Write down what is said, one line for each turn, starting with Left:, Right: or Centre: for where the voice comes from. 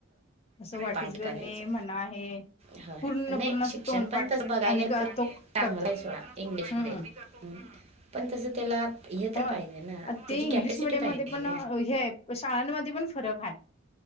Left: असं वाट
Right: पाठ
Left: इज युअर
Right: करायचं.
Left: नेम म्हणा हे
Right: ह
Left: पूर्ण
Right: नाही
Left: पूर्ण
Right: शिक्षण
Left: असं तोंडपाठ
Right: पण तस बघाय
Left: आणि
Right: गेल तर
Left: तो
Right: चांगलं
Left: करतो
Right: आहे सोडा इंग्लिश
Left: हम्म
Right: म पण तस त्याला हे तर
Left: होय
Right: पाहिजे ना
Left: ते
Right: त्याची
Left: इंग्लिश
Right: कॅपॅसिटी
Left: मिडियम
Right: पाहिजे.
Left: मध्ये पण
Right: हो
Left: हे शाळांमध्ये पण फरक आहे.